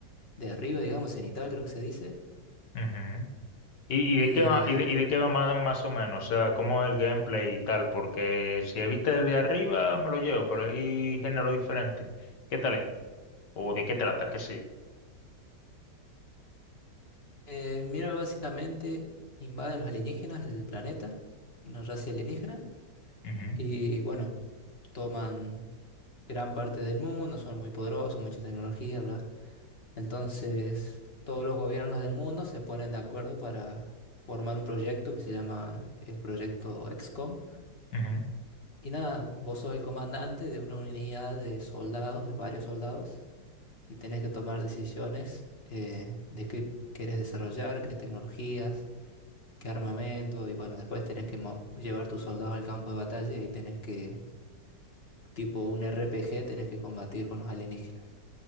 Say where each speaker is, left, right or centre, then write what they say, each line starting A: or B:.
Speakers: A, on the left (about 35°); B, on the left (about 70°).
A: de arriba, digamos, cenital, creo que se dice.
B: ujú. ¿Y, y
A: Y.
B: de qué va, y de, y de qué va más, más o menos? O sea, ¿cómo es el gameplay y tal? Porque si he visto desde arriba me lo llevo, pero hay género diferente. ¿Qué tal es? ¿O de qué trata? ¿Qué sé
A: Eh, mira, básicamente invaden los alienígenas el planeta, una raza alienígena,
B: yo? Ujú.
A: y bueno, toman gran parte del mundo, son muy poderosos, mucha tecnología, bla. Entonces, todos los gobiernos del mundo se ponen de acuerdo para formar un proyecto que se llama el proyecto XCOM.
B: Ujú.
A: Y nada, vos sos el comandante de una unidad de soldados, de varios soldados, y tenés que tomar decisiones eh, de qué querés desarrollar, qué tecnologías qué armamento, y bueno, después tenés que mo- llevar tus soldados al campo de batalla y ahí tenés que, tipo un RPG, tenés que combatir con los alienígenas.